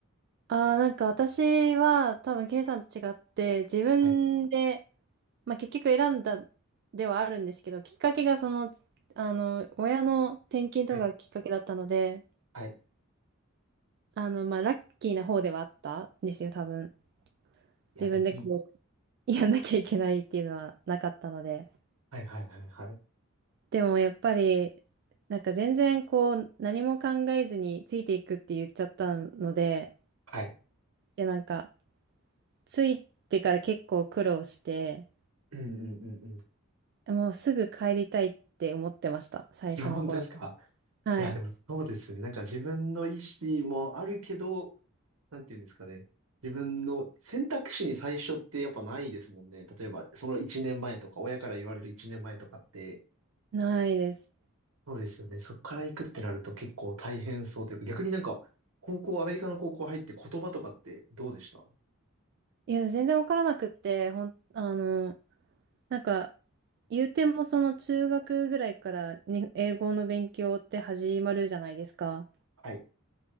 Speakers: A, on the right (about 50°); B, on the right (about 75°).
A: ああ、なんか私は多分 K さんと違って自分で、
B: はい、
A: まあ、結局選んだではあるんですけど、きっかけがその、あの、親の転勤とかがきっかけだったので、
B: はい、はい。い
A: あの、まあ、ラッキーな方ではあったんですよ、多分。
B: や、
A: 自分でこ
B: でもいい。
A: う、やんなきゃいけないっていうのはなかったので。
B: はい、はい、はい、はい。
A: でもやっぱり、なんか全然こう、何も考えずについていくって言っちゃったので、
B: はい。
A: で、なんか、ついてから結構苦労して、
B: うん、うん、うん、うん。
A: もうすぐ帰りたいって思ってました、最初の頃。
B: 日本ですか
A: はい。
B: いや、でもそうですよね。なんか自分の意思もあるけど、なんていうんですかね。自分の選択肢に最初ってやっぱないですもんね。例えば、その1年前とか、親から言われる1年前とかって、
A: ないです。
B: そうですよね。そこから行くってなると結構大変そうというか、逆になんか、高校、アメリカの高校入って言葉とかってどうでした
A: いや、全然わからなくって、ほん、あの、なんか、言うてもその中学ぐらいからに英語の勉強って始まるじゃないですか。
B: はい。